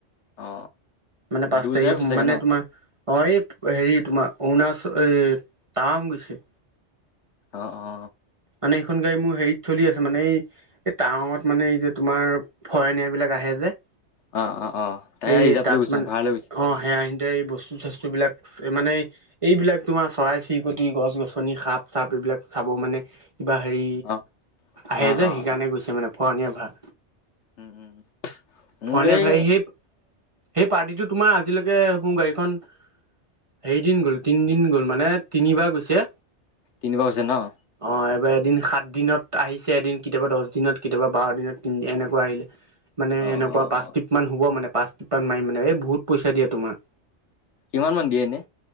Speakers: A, on the left (about 75°); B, on the right (about 30°).
A: অ
B: মানে পাঁচ
A: দুই
B: তাৰিখে
A: জেগা গৈছে চাগে
B: মানে
A: ন?
B: তোমাৰ অ এই হেৰি তোমাৰ অৰুণাচল এই টাৱং গৈছে।
A: অ অ।
B: মানে এইখন গাড়ী মোৰ হেৰিত চলি আছে মানে এই এই টাংৱত মানে এই যে তোমাৰ ফৰেনিয়া বিলাক আহে যে।
A: অ অ অ তাই
B: এই
A: ৰিজাৰ্ভ
B: তাত
A: লৈ গৈছে
B: মানে
A: ভাড়া লৈ গৈছে
B: অ সেয়া এয়া এই বস্তু-চাস্তুবিলাক মানে এইবিলাক তোমাৰ চৰাই চিৰিকটি, গছ গছনি, সাপ চাপ এইবিলাক চাব মানে। কিবা হেৰি
A: অ
B: আহে
A: অ
B: যে
A: অ
B: সেইকাৰণে
A: অ
B: গৈছে মানে ফৰণীয়া ভা।
A: উম। মোৰ
B: ফুৱনীয়া
A: এই
B: ভাই হেই সেই পাৰ্টিটো তোমাৰ আজিলৈকে মোৰ গাড়ীখন হেৰিদিন গ'ল, তিনিদিন গ'ল মানে তিনিবাৰ গৈছে।
A: তিনিবাৰ গৈছে ন'?
B: অ' এইবাৰ এদিন সাত দিনত আহিছে, এদিন কেতিয়াবা দহ দিনত, কেতিয়াবা বাৰ দিনত তিনি এনেকুৱা আহিলে। <inaudible> মানে
A: অ অ
B: এনেকুৱা পাঁচ
A: অ
B: টিপমান হ'ব মানে পাঁচ টিপমান মাৰি মানে। এই বহুত পইচা দিয়ে তোমাৰ।
A: কিমান মান দিয়ে এনে?